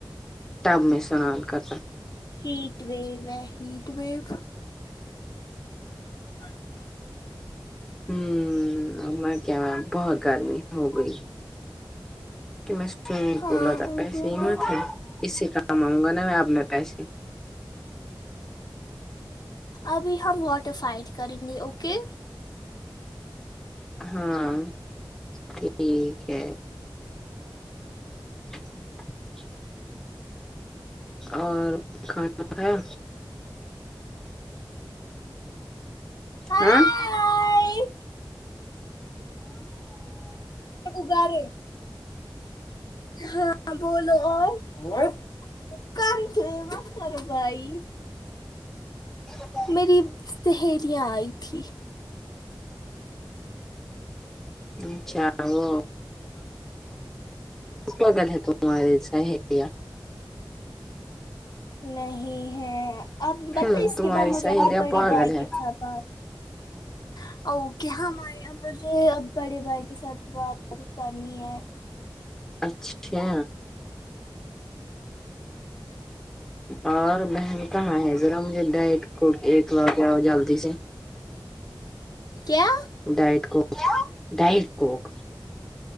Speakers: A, in the centre; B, on the left.
A: تب میں سنال کر سکتے
B: ہیٹ وو ہے ہیٹ ویو چ <unintelligible>
A: ہوں میں کیا بہت گرمی ہو گئی کہ میں س
B: ہاں
A: بلا تھا
B: ہو
A: پیسے
B: گئی نا
A: میں تھے اس سے کام آؤں گا نا میں اپنے پیسے
B: ابھی ہم واٹر فائڈ کریں گے اوکے
A: ہاں ٹھیک ہے <inaudible> اور کھانا کھایا
B: ہائے
A: ہ <unintelligible>
B: ار ہاں بولو اور کم تھ وات کر بھائی
A: ہاں
B: میری سہیلیاں آئی تھھی
A: اچھا وہ موگل ہے تو مہارے ہےیا
B: نہیں ہے آپ بتائ
A: ہوں
B: اس
A: تمہاری
B: کے بعد مجھے
A: سہیلیا
B: اپنی بڑی
A: پاگل
B: بائی
A: ہے
B: کے س بات ہ <unintelligible> اوکاںے مجھے اب بڑے بھائی کے ساتھ بات کرنی ہے
A: اچھا اور بہن کہاں ہے ذرا مجھے ڈائٹ ایک ل جاؤ جلدی سے
B: کیا
A: ڈائٹ کوک ڈائٹ کوک